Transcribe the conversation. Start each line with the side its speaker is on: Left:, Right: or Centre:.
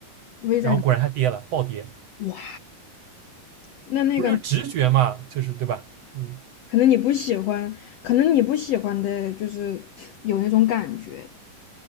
Left: v i
Right: 然后果然它跌了，暴跌，
Left: 哇，那那个
Right: 不是就直觉嘛，就是对吧？嗯。
Left: 可能你不喜欢，可能你不喜欢的就是有那种感觉。